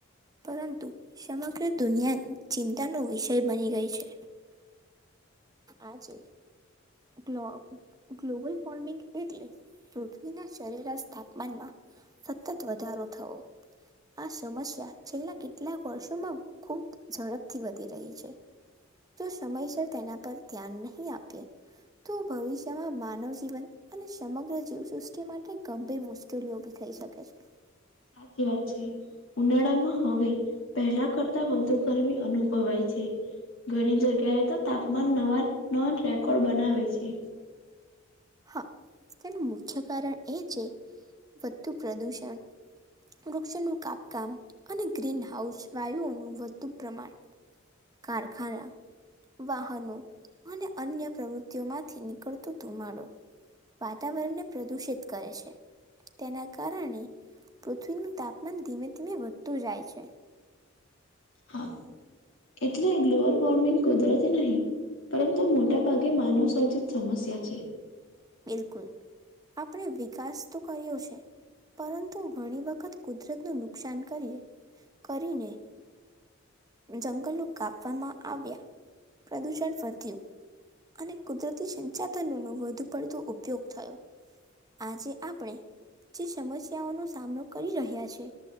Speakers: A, on the right (about 20°); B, on the left (about 75°).
A: પરંતુ સમગ્ર દુનિયા ચિંતાનો વિષય બની ગઈ છે. આજે. ગ્ ગ્લોબલ વોર્મિંગ એટલે પૃથ્વીના સરેરાશ તાપમાનમાં. સતત વધારો થવો. આ સમસ્યા છેલ્લા કેટલાક વર્ષોમાં ખુબ ઝડપથી વધી રહી છે. જો સમયસર તેના પર ધ્યાન નહીં આપે. તો ભવિષ્યમાં માનવ જીવન. અને સમગ્ર જીવસૃષ્ટિ માટે ગંભીર મુશ્કેલીઓ ઉભી થઈ શકે છે.
B: સાચી વાત છે. ઉનાળામાં હવે પહેલા કરતા વધુ ગરમી અનુભવાય છે. ઘણી જગ્યાએ તો તાપમાન નવા, નવા રેકોર્ડ બનાવે છે.
A: હા, તેનું મુખ્ય કારણ એ છે વધુ પ્રદુષણ વૃક્ષોનું કાપકામ અને ગ્રીનહાઉસ વાયુઓનું વધુ પ્રમાણ. કારખાના. વાહનો અને અન્ય પ્રવૃત્તિઓમાંથી નીકળતો ધુમારો. વાતાવરણને પ્રદુષિત કરે છે. તેના કારણે પૃથ્વીનું તાપમાન ધીમે ધીમે વધતું જાય છે.
B: હા એટલે ગ્લોબલ વોર્મિંગ કુદરતી નહીં. પરંતુ મોટા ભાગે માનવસર્જિત સમસ્યા છે.
A: બિલકુલ આપણે વિકાસ તો કર્યો છે પરંતુ ઘણી વખત કુદરત નું નુકસાન કરીએ કરીને જંગલો કાપવામાં આવ્યા પ્રદુષણ વધ્યું અને કુદરતી સંચાધનો નો વધુ પડતો ઉપયોગ થયો આજે આપણે જે સમસ્યાઓ નો સામનો કરી રહ્યા છે